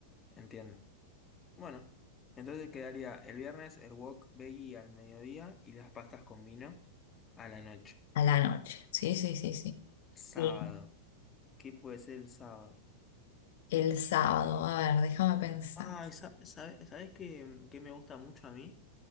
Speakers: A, on the left (about 20°); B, on the left (about 70°).
A: Entiendo. Bueno, entonces quedaría el viernes el wok veggie al mediodía y las pastas con vino a la noche.
B: A la noche. Sí, sí, sí, sí.
A: Sábado.
B: Sí.
A: ¿Qué puede ser el sábado?
B: El sábado, a ver, déjame pensar.
A: Ah, esa- sabe- ¿sabes qué, qué me gusta mucho a mí?